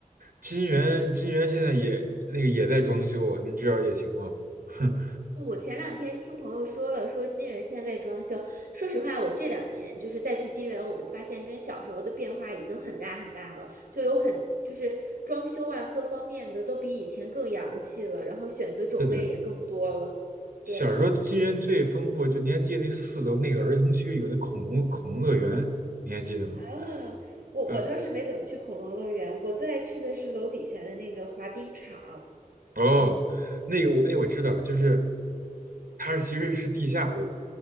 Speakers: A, on the right; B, on the right.
A: 金源金源现在也那个也在装修啊，您知道这情况？哼，
B: 我前两天听朋友说了，说金源现在在装修。说实话，我这两年就是再去金源，我就发现跟小时候的变化已经很大很大了，就有很就是装修啊各方面的都比以前更洋气了，然后选择种类也更多了。
A: <laughs> 是的，
B: 对
A: 小时候金源最丰富，就你还记得那四楼那个儿童区有那恐龙恐龙乐园，你还记得吗？
B: 啊，我我倒是没怎么去恐龙乐园，
A: 嗯，
B: 我最爱去的是楼底下的那个滑冰场，
A: 哦，那个我那个我知道，就是它是其实是地下对吧？